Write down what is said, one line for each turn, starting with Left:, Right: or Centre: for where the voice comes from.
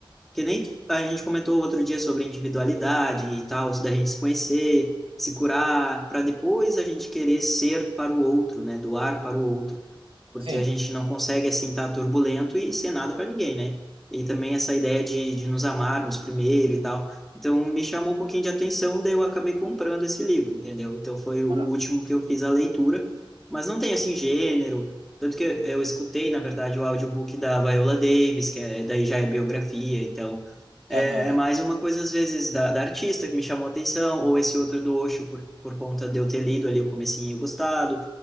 Centre: que nem a gente comentou outro dia sobre individualidade e tal, da gente se conhecer, se curar, para depois a gente querer ser para o outro, né? Doar para o outro porque
Right: sim.
Centre: a gente não consegue assim estar turbulento e ser nada para ninguém, né? E também essa ideia de, de nos amarmos primeiro e tal. Então me chamou um pouquinho de atenção, daí eu acabei comprando esse livro, entendeu? Então foi o
Right: Ah,
Centre: último que eu fiz a leitura, mas não tem assim gênero, tanto que eu, eu escutei, na verdade, o audiobook da Viola Davis, que é, daí já é biografia, então é,
Right: Aham.
Centre: é mais uma coisa às vezes da, da artista que me chamou a atenção, ou esse outro do Osho por, por conta de eu ter lido ali o comecinho e gostado.